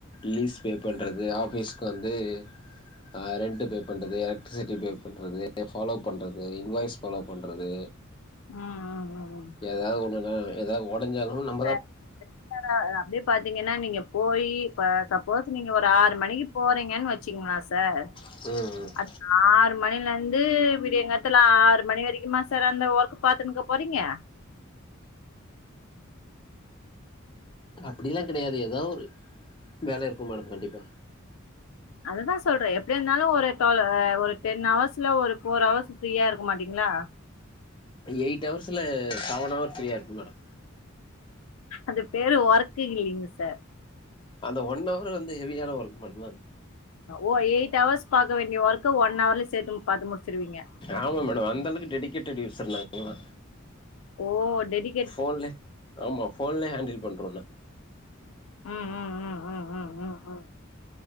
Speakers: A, on the left; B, on the left.
A: லிஸ் பே பண்றது ஆஃபிஸ்க்கு வந்து அ ரெண்ட் பே பண்றது எலக்ட்ரிசிட்டி பே பண்றது ஃபாலோ பண்றது இன்வாய்ஸ் ஃபாலோ பண்றது
B: ம் ம் ம் ம்
A: எதாவொண்ணுனா எதா ஒ டஞ்சாலு நம்
B: ச ப்ரச்னனா அப்டே பாத்திங்கன்னா நீங்க போயி இப்ப சப்போஸ் நீங்க ஒரு ஆறு மணிக்கு போறிங்கனு வெச்சிக்கிங்ளே சார்
A: ம் ம்
B: அந்த ஆறு மணில இருந்து விடியங்காத்தல ஆறு மணி வரைக்குமா சார் அந்த ஒர்க் பாத்துனுருக்க போறிங்க
A: அப்படியெலா கெடையாது எதா ஒரு வேலை இருக்கு மேடம் கண்டிப்பா
B: அததா சொல்ற எப்டியா இருந்தாலு ஒரு டுவல் ஒரு டென் ஹவர்ஸ்ல ஒரு ஃபோர் ஹவர்ஸ் ஃப்ரீயா இருக்க மாட்டிங்ளா
A: எயிட் ஹவர்ஸ்ல செவன் ஹவர்ஸ் ஃப்ரீயா இருப்ப மேடம்
B: அது பேரு ஒர்க்கு இல்லையேங் சார்
A: அந்த ஒன் ஹவர் வந்து ஹெவியான ஒர்க் பண்ணா
B: ஓ எயிட் ஹவர்ஸ் பாக்க வேண்டிய ஒர்க்க ஒன் ஹவர்ல சேத்து பாத்து முடிச்சுருவிங்க
A: ஆமா மேடம் அந்த அளவுக்கு டெடிகேட்டட் யூசர் நாங்கல்லா
B: ஓ டெடி
A: ஃபோன்லே ஆமா ஃபோன்லே ஹேண்டில் பண்றோ உன்ன
B: ம் ம் ம் ம் ம் ம் ம்